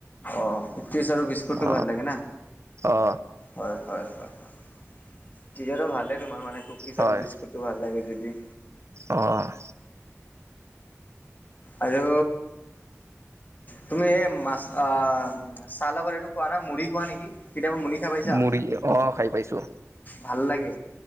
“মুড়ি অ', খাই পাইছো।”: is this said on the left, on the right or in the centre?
Right